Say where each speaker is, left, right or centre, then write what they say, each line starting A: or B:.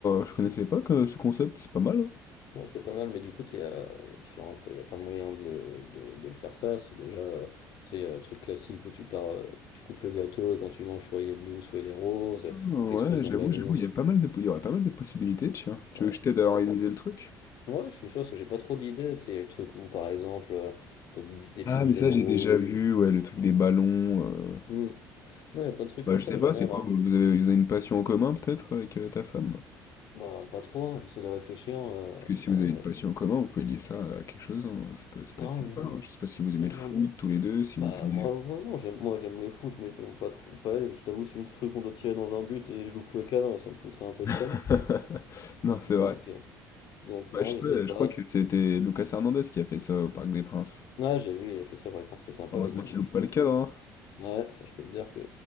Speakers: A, on the left; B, on the left.
A: je connaissais pas que ce concept, c'est pas mal. hein.
B: Bon, c'est pas mal, mais du coup, tu sais, il y a, il y a différentes, il y a plein de moyens de, le de- de le faire ça. C'est déjà, euh, tu sais, il y a le truc classique où tu pars, euh, tu coupes le gâteau et quand tu manges, soit il est bleu, soit il est rose,
A: Ah, ouais,
B: t'exploses
A: j'avoue,
B: un ballon.
A: j'avoue, il
B: c'est-
A: y a pas mal de, il y aurait pas mal de possibilités, tiens. Tu
B: Ouais,
A: veux que je t'aide à
B: t'as
A: organiser
B: pas-
A: le truc?
B: Ouais, je suis chaud parce que j'ai pas trop d'idées. Tu sais, il y a le truc où, par exemple, euh, t'as des, des
A: Ah,
B: fumigènes
A: mais ça, j'ai
B: roses.
A: déjà vu, ouais, le truc des ballons. euh.
B: Hmm. Non, il y a plein de trucs
A: Bah,
B: comme
A: je
B: ça,
A: sais
B: mais
A: pas,
B: j'aimerais bien
A: c'est
B: avoir.
A: quoi, vous vous avez, vous avez une passion en commun, peut-être, avec euh, ta femme?
B: Bah, pas trop, hein, j'essaie de réfléchir. euh,
A: Parce que si vous
B: euh,
A: avez une passion en commun, vous pouvez lier ça à quelque chose, hein. Ça peut, ça peut
B: Non,
A: être sympa. hein. Je sais pas si vous aimez
B: on
A: le foot,
B: en, on en
A: tous les deux, si
B: Bah
A: vous aimez...
B: moi, moi, non, j'aime moi j'aime le foot mais bon pas trop pas elle, je t'avoue si le truc on doit tirer dans un but et je loupe le cadre, ça me foutrait un peu le seum.
A: <laughs> Non, c'est
B: Donc
A: vrai.
B: euh, donc non,
A: Ouais, je, sais,
B: je
A: pas,
B: sais pas.
A: je crois que c'était Lucas Hernandez qui a fait ça au Parc des Princes.
B: Ouais, j'ai vu, il a fait ça par exemple, c'était sympa
A: Heureusement
B: mais bon,
A: qu'il
B: moi
A: loupe
B: je
A: pas
B: te
A: le cadre, hein.
B: Ouais, ça je peux te dire que